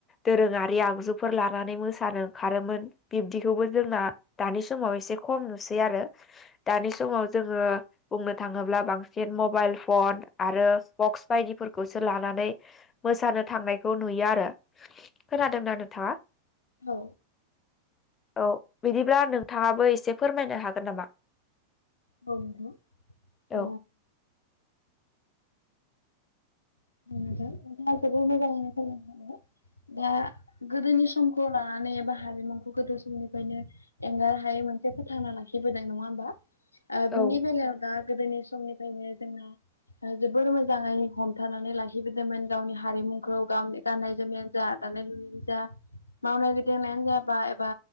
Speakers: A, on the left; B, on the left.
A: दोरोङारि आगजुफोर लानानै मोसानो खारोमोन बिब्दिखौबो जोंना दानि समाव एसे खम नुसै आरो। दानि समाव जोङो बुंनो थाङोब्ला बांसिन मबाइल फन आरो बक्स बायदिफोरखौसो लानानै मोसानो थांनायखौ नुयो आरो खोनादोंना नोंथाङा?
B: औ
A: औ बिदिब्ला नोंथाङाबो एसे फोरमायनो हागोन नामा?
B: औ नंगौ
A: औ
B: अ <unintelligible> दा गोदोनि समखौ लानानै एबा हारिेमुंखौ गोदो समनिफ्रायनो एंगार हायै मोनसे फोथांना लाखिबोदों नङा होमबा?
A: औ
B: बिनि बेलायाव दा गोदोनि समनिफ्रायनो जोंना जोबोर मोजाङै हम फोथानानै लाहिबोदोंमोन गावनि हारिमुखौ गावनि गाननाय जोमनायानो जा दानाय लुनाय जा। मावनाय गिदिंनायानो जाबा एबा